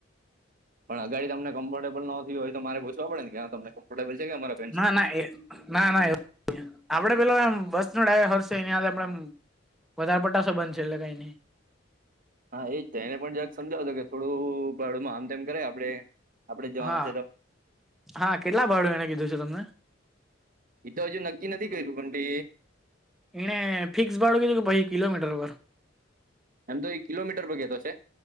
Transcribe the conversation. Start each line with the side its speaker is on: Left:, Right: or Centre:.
Right: પણ આગાડી તનેમફર્ટેબલ નોતી હોય તો મારે પૂછવા પડેને કે તમ્ફર્ટેબલ છે કે મારા
Centre: ના ના એ ના ના એવું આપડે પેલો એમ બસ નો ડ્રાઈવર છે એની આપડે વધારપટાસ બનશેલે કઈ નહી.
Right: હા એજ એને પણ જક સમજાવતો કે થોડું ભાડુંમાં આમ તેમ કરે આપડે આપડે જવાના
Centre: હા
Right: છે તો
Centre: હા કેટલા ભાડું એને કીધું છે તમને
Right: એ તો હજુ નક્કી નથી કર્યું પણ તે
Centre: એ ફિક્સ બાળુ કે જો કે પછ કિલોમીટર ઉપર?
Right: એમ તો એ કિલોમીટર પર કેતો છે.